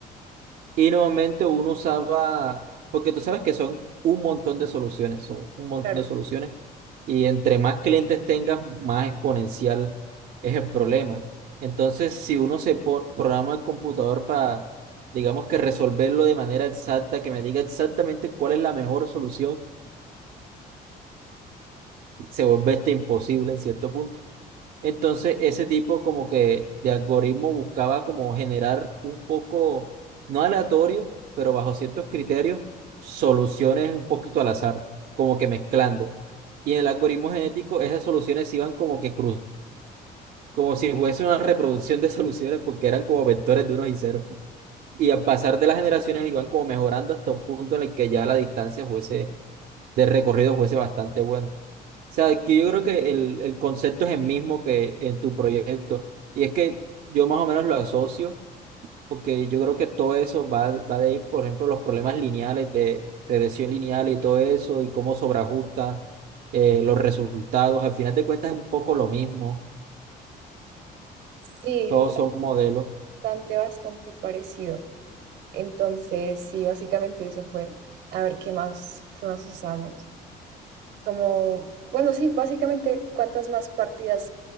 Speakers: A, on the right (about 60°); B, on the right (about 85°).
A: y normalmente uno usaba, porque tú sabes que son un montón de soluciones, son un montón
B: claro.
A: de soluciones. Y entre más clientes tengas, más exponencial es el problema. Entonces, si uno se po- programa el computador para, digamos que resolverlo de manera exacta, que me diga exactamente cuál es la mejor solución, se vuelve este imposible en cierto punto. Entonces, ese tipo como que de algoritmo buscaba como generar un poco, no aleatorio, pero bajo ciertos criterios, soluciones un poquito al azar, como que mezclando. Y en el algoritmo genético, esas soluciones iban como que cruz, como si fuese una reproducción de <laughs> soluciones, porque eran como vectores de unos y ceros. Y al pasar de las generaciones iban como mejorando hasta un punto en el que ya la distancia fuese de recorrido fuese bastante bueno. O sea, que yo creo que el, el concepto es el mismo que en tu proyecto. Y es que yo más o menos lo asocio, porque yo creo que todo eso va, va de ahí, por ejemplo, los problemas lineales de regresión lineal y todo eso, y cómo sobreajusta eh, los resultados. Al final de cuentas es un poco lo mismo.
B: Sí,
A: Todos son modelos.
B: bastante, bastante parecido. Entonces, sí, básicamente eso fue. A ver qué más, qué más usamos. Como, bueno, sí, básicamente cuantas más partidas